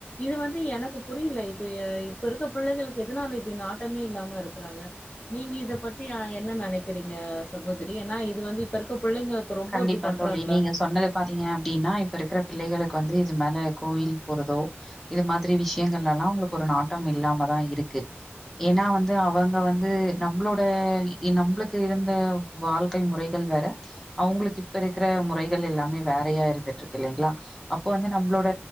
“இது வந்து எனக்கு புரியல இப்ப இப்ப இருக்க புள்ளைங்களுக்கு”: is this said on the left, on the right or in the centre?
Left